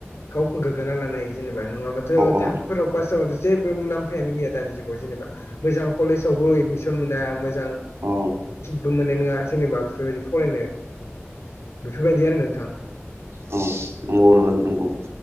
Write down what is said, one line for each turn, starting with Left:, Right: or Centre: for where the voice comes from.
Left: गावखौ गोग्गाना लानाय जेनेबा नङाबाथ'
Right: औ
Left: थार्दफोराव पास जाबाथ' जेबो मुलाम्फायानो गैया दानि जुगाव जेनेबा नों आं कलेजावबो एडमिसन मोना मोजां
Right: औ
Left: दुु मोननाय नङा जेनेबा बेफोरबायदि फरायनो बेफोर बायदि आरो नोंथां
Right: औ नंगौ नङा नंगौ